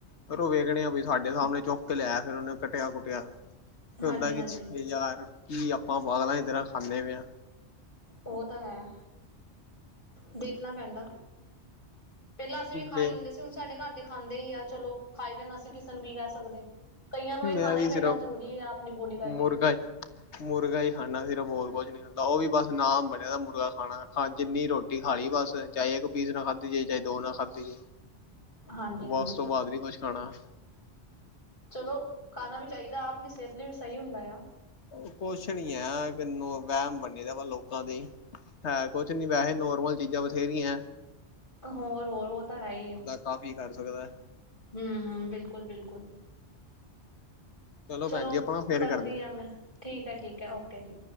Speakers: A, on the left (about 75°); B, on the left (about 45°).
A: ਫਿਰ ਉਹ ਵੇਖਣੇ ਆ ਬਈ ਸਾਡੇ ਸਾਹਮਣੇ ਚੁੱਕ ਕੇ ਲਿਆ ਫਿਰ ਓਨੇ ਕਟਿਆ-ਕੁਟਿਆ। ਫੇਰ
B: ਹਾਂਜੀ
A: ਹੁੰਦਾ
B: ਹਾਂਜੀ
A: ਕਿ ਛੇ ਯਾਰ ਕੀ ਆਪਾਂ ਵਾਗਲਾਂ ਤਰਾਂ ਖਾਨੇ ਪਏ ਆ।
B: ਓਹ ਤਾਂ ਹੈ, ਦੇਖਣਾ ਪੈਂਦਾ। ਪੈਲਾਂ ਅਸੀਂ ਵੀ ਖਾਈ
A: ਤੇ
B: ਲੈਂਦੇ ਸੀ। ਹੁਣ ਸਾਡੇ ਘਰ ਦੇ ਖਾਂਦੇ ਹੀ ਆ, ਚਲੋ ਖਾਈ ਜਾਣ ਅਸੀਂ ਕਿਸੇ ਨੂੰ ਕੀ ਕੇਹ ਸਕਦੇ ਆ। ਕਈਆਂ ਨੂੰ
A: ਮੈਂ
B: ਏਹ ਖਾਣਾ
A: ਵੀ
B: ਈ ਪੈਂਦਾ
A: ਸਿਰਫ
B: ਜ਼ਰੂਰੀ ਆ ਆਪਣੀ ਬੋਡੀ ਕਰਕੇ।
A: ਮੁਰਗਾ ਹੀ ਮੁਰਗਾ ਹੀ ਖਾਂਣਾ ਸਿਰਫ਼ ਹੋਰ ਕੁਛ ਨੀ ਖਾਂਦਾ। ਓਵੀ ਬਸ ਨਾਮ ਬਣਿਆ ਦਾ ਮੁਰਗਾ ਖਾਣਾ। ਜਿੰਨੀ ਰੋਟੀ ਰੋਟੀ ਖਾ ਲਈ ਬਸ, ਚਾਹੇ ਏਕ ਪੀਸ ਨਾਲ ਖਾਂਦੀ ਜੇ, ਚਾਹੇ ਦੋ ਨਾਲ ਖਾਂਦੀ ਜੇ।
B: ਹਾਂਜੀ
A: ਬਸ
B: ਹਾਂਜੀ
A: ਉਸ ਤੋਂ ਬਾਅਦ ਨੀ ਕੁਛ ਖਾਣਾ।
B: ਚਲੋ, ਖਾਣਾ ਵੀ ਚਾਈਦਾ। ਆਪਣੀ ਸਿਹਤ ਲਈ ਵੀ ਸਹੀ ਹੁੰਦਾ ਆ।
A: ਓ ਕੁਛ ਨੀ ਏ, ਏਕ ਵੇਮ ਬੰਨੇ ਦੇ ਆ ਲੋਕਾਂ ਦੇ। ਹੈ ਕੁਛ ਨੀ ਵੇਹੇ ਨੋਰਮਲ ਚੀਜ਼ਾਂ ਬਥੇਰੀਆਂ ਐ।
B: ਹੋਰ-ਹੋਰ ਓ ਤਾਂ ਹੈ ਹੀ ਐ।
A: ਕਾਫੀ ਕਰ ਸਕਦਾ ਐ।
B: ਹੂੰ-ਹੂੰ, ਬਿਲਕੁਲ-ਬਿਲਕੁਲ। ਚਲੋ,
A: ਭੈਣ ਜੀ ਆਪਣਾ ਫੇਰ
B: ਕਰਦੀ
A: ਕਰਨੇ
B: ਆਂ
A: ਆ
B: ਮੈ ਠੀਕ ਐ, ਠੀਕ ਐ, ਓਕੇ ਜੀ।